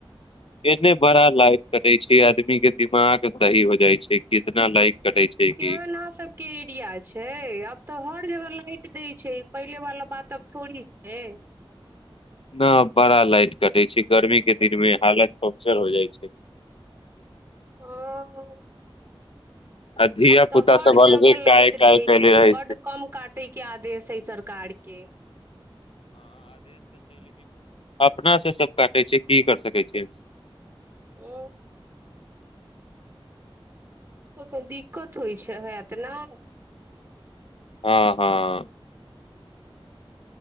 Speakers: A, on the left; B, on the right.
A: एने बड़ा लाइट कटे छै आदमी के दिमाग दही हो जाइ छै कितना लाइट कटे छै कि
B: केहना सब के एरिया छै आब तऽ हर जगह लाइट दै छै छै पहिले वाला बात आब थोड़ी छै
A: न बड़ा लाइट कटै छै गर्मी के दिन मे हालत पंमचर हो जाइ छै
B: ह
A: आ धिया
B: आब तऽ
A: पुता
B: हर
A: सब अलगे
B: जगह लाइट
A: काय काय
B: दै
A: कले
B: छै।
A: रहे
B: बड्ड कम काटयके आदेश हइ सरकार के
A: अपनासँ सभ काटै छै। की करि सकै छै।
B: ओ त तऽ दिक्कत होइ छै हत नहि
A: ह हँ